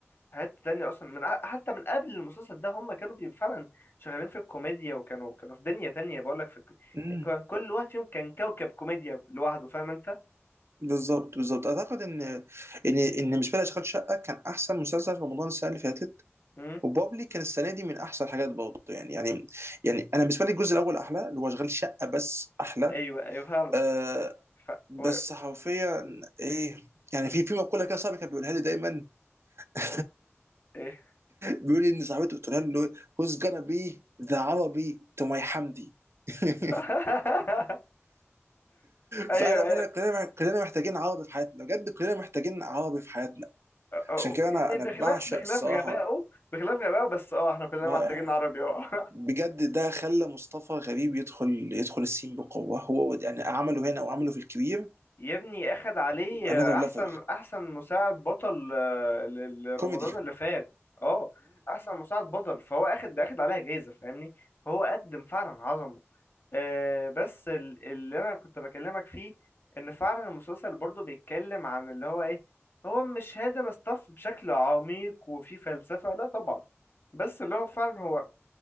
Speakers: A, on the left (about 45°); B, on the right (about 60°).
A: في حتة تانية اصلا من ع- حتى من قبل المسلسل ده هم كانوا بي- فعلا شغالين في الكوميديا وكانوا كانوا في دنيا تانية بقول لك في الك-
B: لك
A: كان كل واحد فيهم كان كوكب كوميديا لوحده فاهم انت
B: بالظبط بالظبط اعتقد ان ان ان مش بالي اشغال شقه كان احسن مسلسل في رمضان السنه اللي فاتت
A: امم
B: وبابلي كان السنه دي من احسن الحاجات برضه يعني يعني يعني انا بالنسبه لي الجزء الاول احلى اللي هو اشغال شقه بس احلى
A: ايوه ايوه فعلا
B: آه
A: ف...
B: بس
A: و...
B: حرفيا ايه يعني في في مقوله كده صاحبي كان بيقولها لي دايما <laughs>
A: ايه
B: بيقول لي ان صاحبته قلت لها له who's gonna be the عربي to my حمدي <laughs>
A: <laughs> ايوه
B: فانا فعلا
A: ايوه
B: كلنا كلنا محتاجين عربي في حياتنا بجد كلنا محتاجين عربي في حياتنا
A: أ- أ-
B: عشان كده انا
A: يعني
B: انا
A: بخلاف
B: بعشق
A: بخلاف
B: الصراحه
A: غبائه بخلاف غبائه بس اه احنا كلنا
B: رائع
A: محتاجين عربي اه
B: بجد ده خلى مصطفى غريب يدخل يدخل السين بقوة هو ود- يعني عمله هنا وعمله في الكبير
A: يا ابني اخد عليه
B: انذر ليفل
A: احسن احسن مساعد بطل آه، ل- لرمضان
B: كوميدي
A: اللي فات اه احسن مساعد بطل فهو اخد ده اخد عليها جايزة فاهمني فهو قدم فعلا عظمه آه بس ال- اللي انا كنت بكلمك فيه ان فعلا المسلسل برضو بيتكلم عن اللي هو ايه هو مش هادن ستاف بشكل عميق وفي فلسفة لا طبعا بس اللي هو فعلا هو